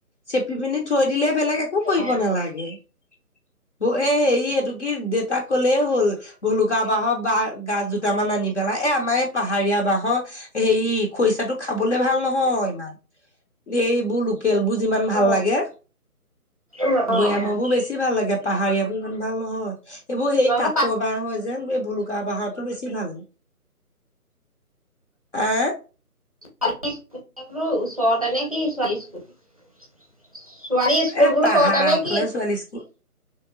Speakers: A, on the left; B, on the right.
A: চেপি পিনি থৈ দিলে বেলেগ একো কৰিব
B: অ
A: নালাগে। এ হেৰি এইটো কি দেউতাক ক'লে হ'ল, ভূলুকা বাঁহৰ বাঁহ গাছ দুটামান আনি পেলাই, এ আমাৰ এই পাহাৰীয়া বাঁহৰ হেৰি খৰিচাটো খাব <unintelligible> ভাল নহয় ইমান, এইবোৰ লো কেলবোৰ যিমান ভাল
B: অ
A: লাগে।
B: অ
A: ভৈয়ামৰ
B: অ' অ'
A: বোৰ বেছি ভাল লাগে, পাহাৰীয়াবোৰ ইমান ভাল নহয়। এইবোৰ হেই
B: তোমালোকৰ
A: কাক
B: পাছ
A: বাঁহ হয়। যেন এই ভূলুকা বাঁহৰটো বেছি ভাল। আ
B: <unintelligible> ওচৰতে নে কি ছোৱালী স্কুল? ছোৱালী স্কুল
A: এ
B: বোলো
A: পাহাৰৰ
B: ওচৰতে নে
A: ফালে
B: কি?
A: ছোৱালী স্কুল